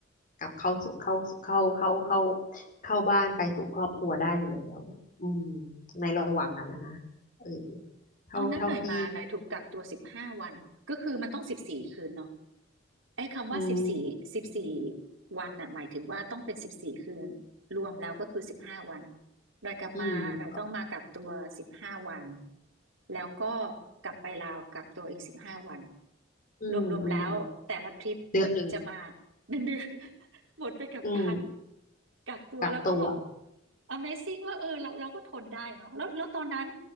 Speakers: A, on the left; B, on the right.
A: กลับเข้าสู่เข้าเข้าเข้าเข้าเข้าบ้านไปสู่ครอบครัวได้อยู่แล้วอืมในระหว่างนั้นนะนะเออเท่าเท่าที่
B: ตอนนั้นหน่อยมาหน่อยถูกกักตัวสิบห้าวันก็คือมันต้องสิบสี่คืนเนาะ ไอ้คำว่าสิบสี่สิบสี่
A: อืม
B: วันน่ะหมายถึงว่าต้องเป็นสิบสี่คืนรวมแล้วก็คือสิบห้าวันหน่อยกลับมาหน่อยต้องมากักตัวสิบห้าวัน
A: อืม
B: แล้วก็กลับไปลาวกักตัวอีกสิบห้าวัน
A: อืมอืมอืม
B: รวมๆแล้วแต่ละทริป
A: เดือนหนึ่ง
B: จะมาหนึ่งเดือน <laughs> หมดไปกับการ
A: อืม
B: กักตัวแล้วก็แบบ
A: กักตัว
B: Amazing ว่าเออเราเราก็ทนได้เนาะแล้วแล้วตอนนั้น